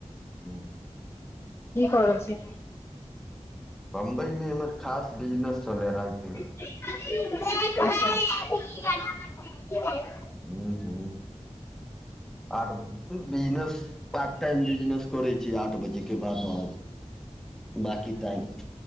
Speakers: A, in the centre; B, on the left.
A: ह
B: कि करहल छी
A: बम्बई मे हमर खास बिजनेस चलै हय राति मे
B: <unintelligible>
A: ह हू आठ ब बिजनेस पार्ट टाइम बिजनेस करै छी आठ बजे के बाद आ बाकी टाइम